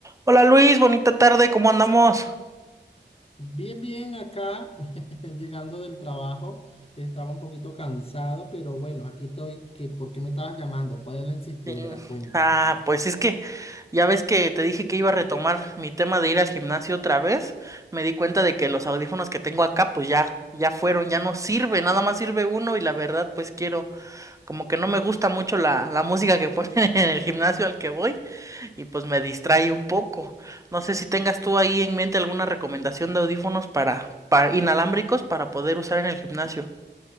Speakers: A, on the right (about 15°); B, on the left (about 30°).
A: Hola Luis, bonita tarde, ¿cómo andamos?
B: Bien, bien, acá, <laughs> llegando del trabajo, estaba un poquito cansado, pero bueno, aquí estoy. ¿Qué- por qué me estabas llamando? ¿Cuál es la insistidera?
A: Sí.
B: Cuéntame,
A: Ah, pues es que ya ves que te dije que iba a retomar mi tema de ir al gimnasio otra vez. Me di cuenta de que los audífonos que tengo acá, pues ya, ya fueron, ya no sirve, nada más sirve uno y la verdad, pues quiero, como que no me gusta mucho la, la música que ponen <laughs> en el gimnasio al que voy y pues me distrae un poco. No sé si tengas tú ahí en mente alguna recomendación de audífonos para, para inalámbricos para poder usar en el gimnasio.